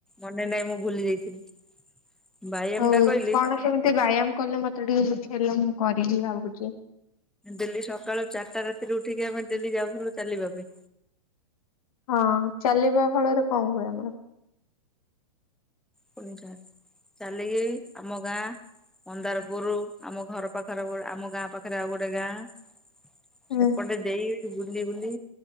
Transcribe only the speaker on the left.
ହଉ
କଣ କେମିତି ବାୟାମ କଲେ ମତେ ଟିକେ ବୁଝେଇଲ ମୁଁ କରିବି ଭାବୁଛି।
ହଁ ଚାଲିବା ଫଳରେ କଣ ହୁଏ ଆମର?
ହୁଁ